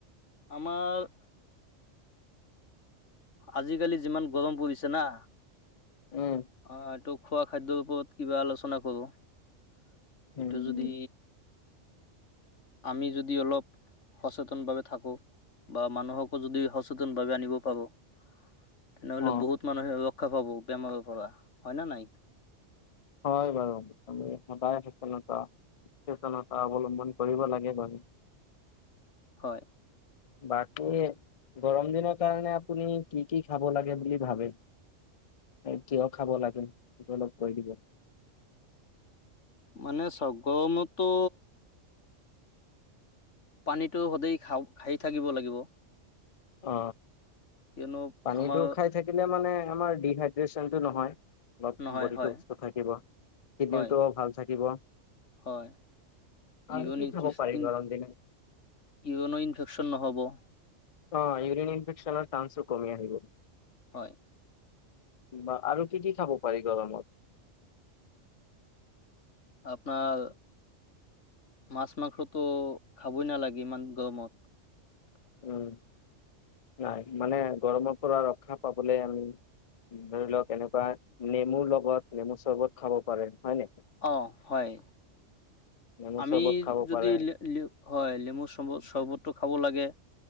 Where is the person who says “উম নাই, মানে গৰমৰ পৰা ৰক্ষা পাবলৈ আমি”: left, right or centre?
Left